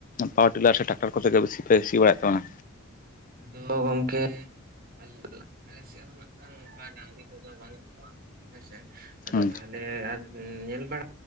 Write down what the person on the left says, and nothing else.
ᱯᱟᱣᱟᱨ ᱴᱤᱞᱟᱨ ᱥᱮ ᱴᱟᱠᱴᱚᱨ ᱠᱚᱛᱮ ᱜᱮ ᱵᱮᱥᱤ ᱯᱮ ᱥᱤ ᱵᱟᱲᱟᱭᱮᱫ ᱛᱟᱵᱚᱱᱟ?
ᱦᱩᱸ